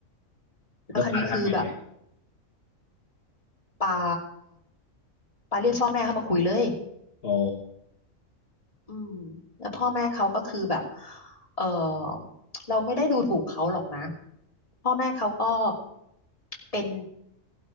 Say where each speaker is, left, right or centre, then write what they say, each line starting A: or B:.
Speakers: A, on the left (about 25°); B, on the left (about 45°).
A: แล้วคราวนี้คือแบบ
B: แล้วปาทำยังไง
A: ปาปาเรียกพ่อแม่เข้ามาคุยเลย
B: อ๋อ
A: อืมแล้วพ่อแม่เขาก็คือแบบเออเราไม่ได้ดูถูกเขาหรอกนะพ่อแม่เขาก็เป็น